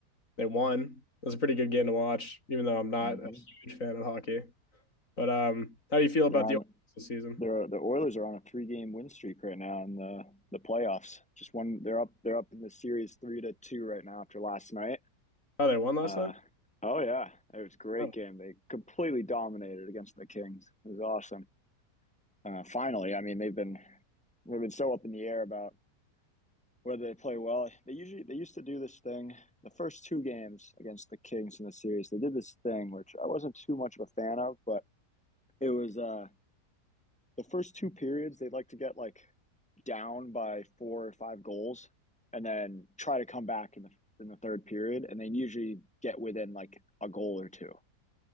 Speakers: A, on the left; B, in the centre.
A: They won. It was a pretty good game to watch, even though I'm not
B: hmm
A: a huge fan of hockey. But um, how do you feel about
B: They're on
A: the Oilers this season?
B: they're the Oilers are on a three game win streak right now in the the playoffs. Just one they're up they're up in the series three to two right now after last night.
A: Oh, they won last
B: Uh,
A: night.
B: oh yeah, it was a great
A: Oh,
B: game. They completely dominated against the Kings. It was awesome. Uh, finally, I mean, they've been they've been so up in the air about whether they play well. They usually they used to do this thing. The first two games against the Kings in the series, they did this thing which I wasn't too much of a fan of, but it was uh, the first two periods they'd like to get like down by four or five goals, and then try to come back in the in the third period, and they usually get within like a goal or two.